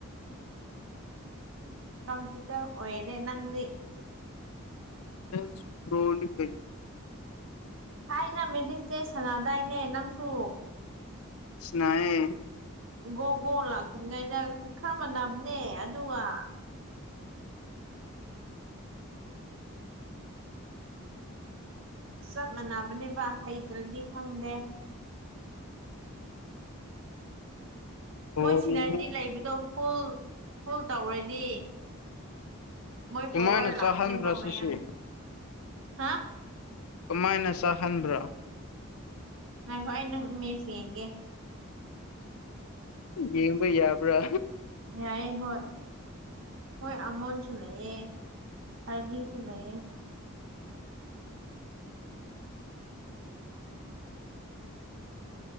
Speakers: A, on the right; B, on the left.
A: ꯀꯝꯄ꯭ꯌꯨꯇꯔ ꯑꯣꯏꯔꯦ ꯅꯪꯗꯤ
B: ꯇꯆ ꯄ꯭ꯔꯣꯂꯤ ꯀꯩ
A: ꯍꯥꯏꯅ ꯃꯦꯖꯤꯛꯁꯦ ꯁꯅꯥꯗꯥꯏꯅꯦ ꯅꯪꯁꯨ
B: ꯁꯅꯥꯑꯦ
A: ꯒꯣ ꯒꯣ ꯂꯥꯛꯇ꯭ꯔꯤꯉꯩꯗ ꯈꯔ ꯃꯥꯟꯅꯕꯅꯦ ꯑꯗꯨꯒ ꯆꯞ ꯃꯥꯟꯅꯕꯅꯦꯕ ꯍꯩꯇ꯭ꯔꯗꯤ ꯈꯪꯗꯦ
B: ꯕꯣꯜꯅꯤꯍꯦ
A: ꯃꯣꯏ ꯁꯤꯅꯔꯖꯤ ꯂꯩꯕꯗꯣ ꯐꯨꯜ ꯐꯨꯜ ꯇꯧꯔꯗꯤ ꯃꯣꯏ
B: ꯀꯃꯥꯏꯅ
A: ꯄꯕꯔ
B: ꯆꯥꯍꯟꯕ꯭ꯔꯥ
A: ꯂꯥꯈꯅꯦꯕ
B: ꯁꯤꯁꯦ
A: ꯃꯥꯏꯅ ꯍꯥ
B: ꯀꯃꯥꯏꯅ ꯆꯥꯍꯟꯕ꯭ꯔꯥ
A: ꯉ ꯍꯣꯏ ꯑꯩ ꯅꯪ ꯃꯁ ꯌꯦꯡꯒꯦ
B: ꯌꯦꯡꯕ ꯌꯥꯕ꯭ꯔꯥ
A: ꯌꯥꯌꯦ ꯍꯣꯏ ꯍꯣꯏ ꯑꯃꯣꯟꯁꯨ ꯂꯩꯑ ꯍꯔꯂꯤꯁꯨ ꯂꯩꯑ